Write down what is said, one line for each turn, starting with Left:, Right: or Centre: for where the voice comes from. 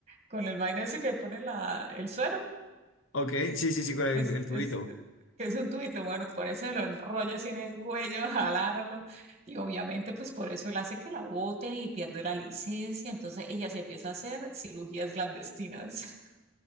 Right: con el vaina ese que pone la, el suero.
Left: Ok, sí, sí, sí, con el,
Right: Es,
Left: el tubito.
Right: es, eh, que es un tubito, bueno, con eso se lo enrolla así en el cuello, <laughs> jalarlo, y obviamente pues por eso él hace que la boten y pierde la licencia, entonces ella se empieza a hacer cirugías clandestinas. <laughs>